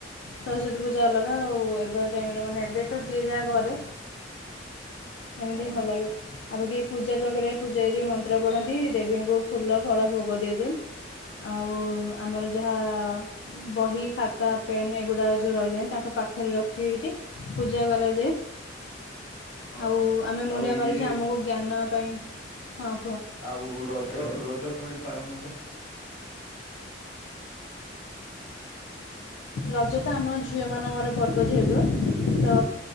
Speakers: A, on the left; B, on the left.
A: ସରସ୍ଵତୀ ପୂଜା ଅଲଗା ଆଉ ଏବେ ଟାଇମ୍ ର ମାନେ ଏବେ ତ ଯିଏ ଯାହା ଘରେ ଏମିତି
B: ହଁ
A: ହିଁ ଭଲ ଲାଗେ ଆ ବାକି ପୂଜା ପାଖରେ ପୂଜାରୀ ମନ୍ତ୍ର ପଢ଼ନ୍ତି ଦେବୀଙ୍କୁ ଫୁଲ ଫଳ ଭୋଗ ଦିଆଯାଏ ଆଉ ଆମର ଯାହା ବହି ଖାତା ପେନ୍ ଏଗୁଡ଼ା ଯେଉଁ ରହିଯାଏ ତାଙ୍କ ପାଖରେ ରଖି ଏଇଠି ପୂଜା କରାଯାଏ
B: ହଁ
A: ଆଉ ଆମେ ମୁଣ୍ଡିଆ
B: ଆଉ ଇଏ
A: ମାରୁ ଯେ ଆମକୁ ଜ୍ଞାନ ପାଇଁ ହଁ କୁହ
B: ଆଉ ରଜ ରଜ କେମତି ପାଡ଼ ନ ଭ <inaudible>
A: ରଜ ତ ଆମ ଝିଅ ମାନଙ୍କର ପର୍ବ ଯେହେତୁ ତ